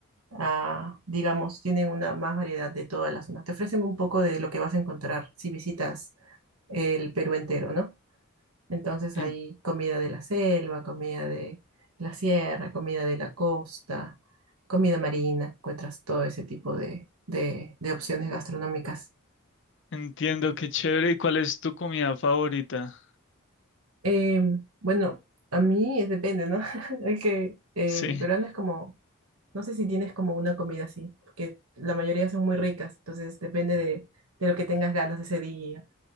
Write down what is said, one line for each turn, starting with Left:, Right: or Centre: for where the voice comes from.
Right: ah, digamos, tienen una más variedad de toda la zona. Te ofrecen un poco de lo que vas a encontrar si visitas el Perú entero, ¿no? Entonces
Left: En-
Right: hay comida de la selva, comida de la sierra, comida de la costa comida marina, encuentras todo ese tipo de, de- de opciones gastronómicas.
Left: entiendo qué chévere. ¿Y cuál es tu comida favorita?
Right: Eh, bueno, a mí es- depende, ¿no? <laughs> Es que eh,
Left: Sí,
Right: el peruano es como, no sé si tienes como una comida así, porque la mayoría son muy ricas, entonces depende de, de lo que tengas ganas ese día